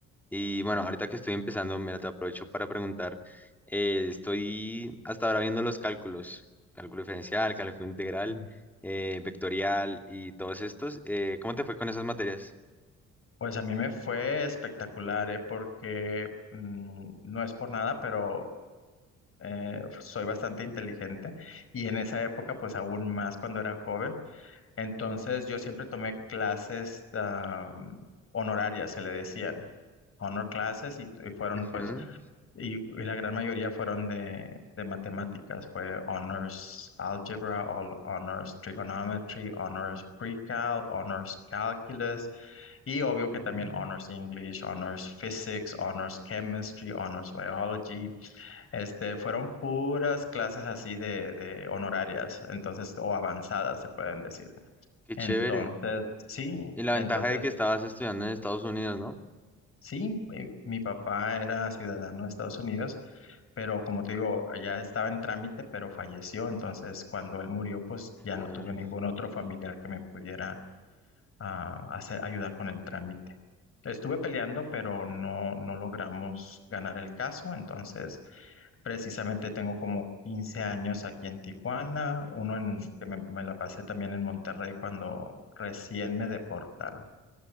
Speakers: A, in the centre; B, on the left.
A: y bueno, ahorita que estoy empezando, mira, te aprovecho para preguntar, eh, estoy hasta ahora viendo los cálculos, cálculo diferencial, cálculo integral,
B: Mm.
A: eh, vectorial y todos estos, eh, ¿cómo te fue con esas materias?
B: Pues a mí me fue espectacular, ¿eh? Porque mm, no es por nada, pero eh, soy bastante inteligente y en esa época, pues aún más cuando era joven. Entonces yo siempre tomé clases am, honorarias, se le decían, honor classes, y, y fueron
A: Ujú,
B: pues, y, y la gran mayoría fueron de, de matemáticas, fue honors algebra, hon- honors trigonometry, honors pre-cal, honors calculus, y obvio que también
A: mm,
B: honors English, honors physics, honors chemistry, honors biology, este, fueron puras clases así de, de honorarias, entonces, o avanzadas se pueden decir.
A: qué
B: Entonces,
A: chévere,
B: sí,
A: y la
B: entonces,
A: ventaja de que estabas estudiando en Estados Unidos, ¿no?
B: sí, mi, mi papá era ciudadano de Estados Unidos, pero como te digo, ya estaba en trámite, pero falleció. Entonces, cuando él murió, pues ya
A: Joder,
B: no tuve ningún otro familiar que me pudiera ah, hacer, ayudar con el trámite. Estuve peleando, pero no, no logramos ganar el caso. Entonces, Precisamente tengo como 15 años aquí en Tijuana, uno en, que me, me la pasé también en Monterrey cuando recién me deportaron.